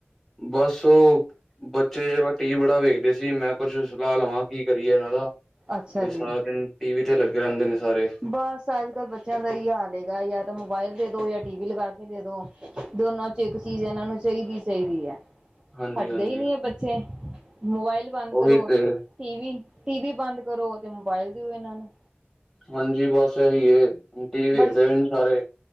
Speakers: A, in the centre; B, on the right (about 20°).
A: ਬਸੋਂ ਬੱਚੇ ਟੀ ਵੀ ਬੜਾ ਵੇਖਦੇ ਸੀ ਮੈਂ ਕੁੱਛ ਸਲਾਹ ਲਵਾਂ ਕੀ ਕਰੀਏ ਇਹਨਾਂ ਦਾ
B: ਅੱਛਾ
A: ਬਈ
B: ਜੀ।
A: ਸਾਰ ਦਿਨ ਟੀ ਵੀ ਤੇ ਲੱਗੇ ਰੈਂਦੇ ਨੇ ਸਾਰੇ
B: ਬਸ ਅੱਜ ਕੱਲ੍ਹ ਬੱਚਿਆਂ ਦਾ ਏਹੀ ਹਾਲ ਹੈਗਾ ਜਾਂ ਤਾਂ ਮੋਬਾਇਲ ਦੇ ਦੋ ਜਾਂ ਟੀ ਵੀ ਲਗਾ ਕੇ ਦੇ ਦੋ ਦੋਨਾਂ ਚ ਇੱਕ ਚੀਜ਼ ਇਹਨਾਂ ਨੂੰ ਚਾਈਦੀ ਚਾਈਦੀ ਹੈ
A: ਹਾਂਜੀ
B: ਹਟਦੇ
A: ਹਾਂਜੀ
B: ਹੀ ਨਹੀਂ ਹੈ ਬੱਚੇ ੇ ਮੋਬਾਇਲ ਬੰਦ
A: ਉਹੀ
B: ਕਰੋ
A: ਤੇ
B: ਟੀ ਵੀ ਟੀ ਵੀ ਬੰਦ ਕਰੋ ਤੇ ਮੋਬਾਇਲ ਦਿਓ ਇਹਨਾਂ ਨੂੰ
A: ਹਾਂਜੀ ਬਸ ਇਹੀ ਏ ਟੀ ਵੀਵੇਖਦੇ
B: ਬਸ
A: ਵੀ ਸਾਰੇ